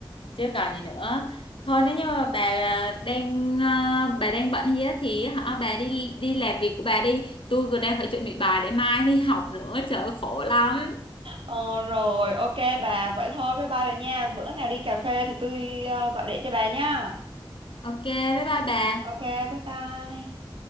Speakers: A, on the left; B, on the right.
A: chứ còn gì nữa thôi nếu như mà bà à, đang à, bà đang bận gì á thì hả bà đi đi làm việc của bà đi tôi còn đang phải chuẩn bị bài để mai đi học nữa trời ơi, khổ lắm
B: Ờ, rồi, ok bà, vậy thôi, bye bye bà nha. Bữa nào đi cà phê thì tôi ờ, gọi điện cho bà nha.
A: ok bye bye bà
B: Ok, bye bye.